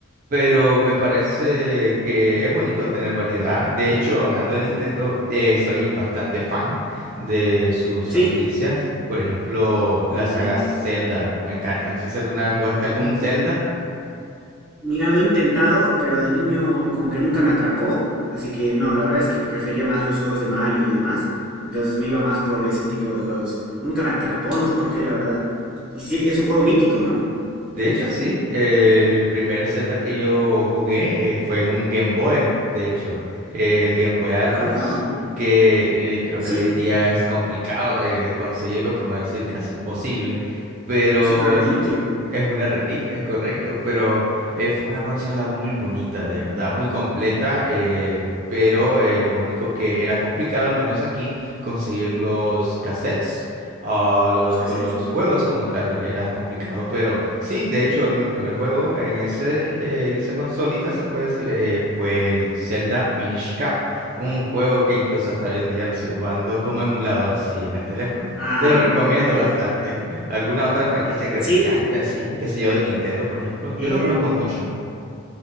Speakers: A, on the right (about 40°); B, in the centre.
A: Pero me parece que es bonito tener variedad. De hecho, hablando de Nintendo, eh, soy bastante fan de sus
B: Sí,
A: franquicias. Por ejemplo,
B: ok.
A: la saga Zelda, me encanta. No sé si alguna vez jugaste
B: Oh,
A: algún Zelda.
B: Mira, lo he intentado, pero de niño como que nunca me atrapó, así que no, la verdad es que prefería más los juegos de Mario y demás, entonces me iba más por ese tipo de juegos. Nunca me atrapó, no sé por qué, la verdad. Y sí, es un juego mítico, ¿no?
A: De hecho, sí. eh, el primer Zelda que yo jugué eh, fue en un Game Boy, de hecho. eh, el Game Boy Advance,
B: Ah, wow.
A: que eh, creo
B: Sí,
A: que hoy en
B: sí,
A: día
B: sí.
A: es complicado de, de conseguirlo, por no decir casi imposible. Pero
B: Es una reliquia,
A: s- es una reliquia, es correcto. Pero eh, fue una consola muy bonita, de verdad, muy completa. eh, pero eh, lo único que era complicado, al menos aquí, conseguir los cassettes. Ah, lo-
B: los cassettes.
A: los juegos
B: Ah,
A: como
B: ya.
A: tal eran complicados, pero sí, de hecho, en mi primer juego en ese, eh, esa consolita se puede decir eh, fue el Zelda Minish Cap, un juego que incluso hasta hoy en día lo sigo jugando como emulador, sí, en el teléfono.
B: Ah,
A: Te lo
B: ya.
A: recomiendo
B: ya.
A: bastante. <laughs> ¿Alguna otra franquicia que
B: Sí,
A: te encante así? ¿Qué sé yo, de Nintendo, por ejemplo? Yo
B: eh,
A: no conozco mucho.